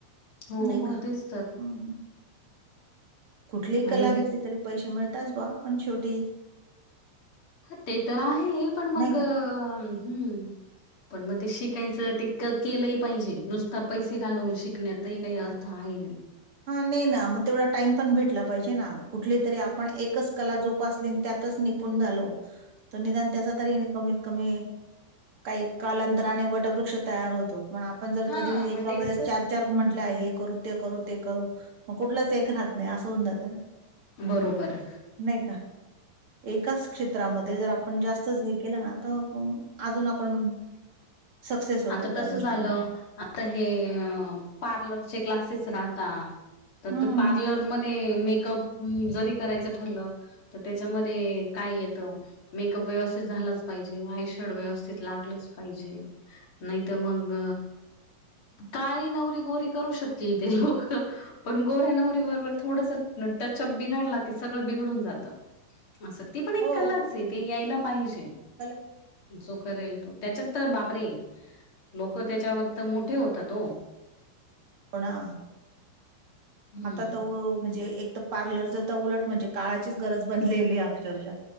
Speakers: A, on the left; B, on the right.
A: हो
B: नाही
A: मग
B: का
A: तेच तर.
B: हम्म. कुठलीही
A: आणि
B: कला घेतली तरी पैसे मिळताच बवा पण शेवटी.
A: ह ते तर आहे पण मग
B: नाही का
A: हम्म.
B: <inaudible>
A: पण मग ते शिकायचं ते क केलंही पाहिजे नुसता पैसे घालवून शिकण्यातही काही अर्थ आहे नाही.
B: हा नाही ना मग तेवढा टाइम पण भेटला पाहिजे ना कुठली तरी आपण एकच कला जोपासली अन त्यातच निप पुण दालो तर निदान त्याचा तरीनी कमीत कमी काही कालांतराने वटवृक्ष तयार होतो पण आप पण जर
A: हा
B: कधी
A: मग
B: एका
A: तेच
B: वेळेस
A: तर.
B: चार चार म्हंटला हे करू ते करू ते करू मग कुठलच एक राहत नाही असं होऊन जात ना.
A: बरोबर.
B: नही का. एकाच क्षेत्रामध्ये जर आपण जास्तच हे केलं ना तर मंग आजून आपण सक्सेस होतो
A: आता
B: त्या
A: तस
B: गोष्टीमध्ये.
A: झालं आता हे अ पार्लरचे क्लासेस राहता. तर
B: हं,
A: ते पार्लर मध्ये मेकअप उम्म जरी करायचं ठरलं तर त्याच्यामध्ये काय येतं. मेकअप व्यवस्थित झालाच पाहिजे आयशाडो व्यवस्थित लागलंच पाहिजे. नही तर मग काळी नवरी गोरी करू शकतील ते लोक. पण गोऱ्या नवरी बरोबर थोडस न टचअप बिघाडला की सगळं बिघडून जातं असं. ती पण एक
B: हो,
A: कलाच आहे ती यायला पाहिजे
B: कला
A: जो करेल तो त्याच्यात तर बापरे. लोक त्याच्यावर तर मोठे होतात हो.
B: पुणा.
A: हम्म
B: आता तर म्हणजे एक तर पार्लरच तर उलट म्हणजे काळाचीच गरज बनलेली अक्षरशा.